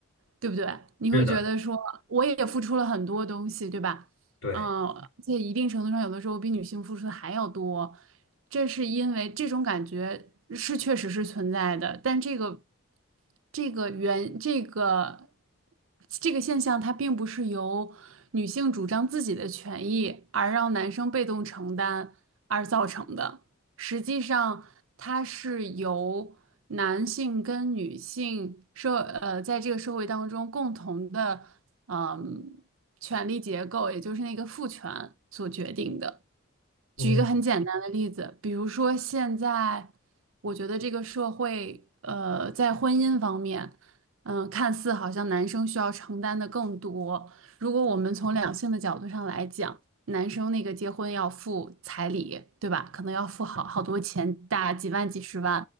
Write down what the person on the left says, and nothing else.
是的，
对，
嗯